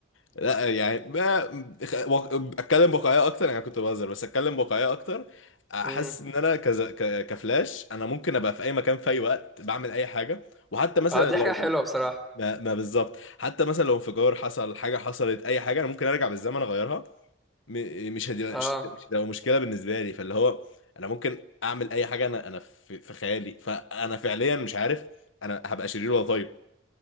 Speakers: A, on the left; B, in the centre.
A: لا يعني ب- خ- واق- اتكلم بواقعيه اكتر يعني كنت بهزر بس اتكلم بواقعيه اكتر احس
B: ايه
A: ان انا كز... ك... كفلاش انا ممكن ابقى في اي مكان في اي وقت بعمل اي حاجه وحتى مثلا
B: اه دي
A: لو
B: حاجة حلوة بصراحة
A: ما, ما بالظبط حتى مثلا لو انفجار حصل حاجه حصلت اي حاجه انا ممكن ارجع بالزمن اغيرها م- مش هتبقى
B: اه
A: مش مش هتبقى مشكله بالنسبه لي فاللي هو انا ممكن اعمل اي حاجه انا انا في في خيالي فانا فعليا مش عارف انا هبقى شرير ولا طيب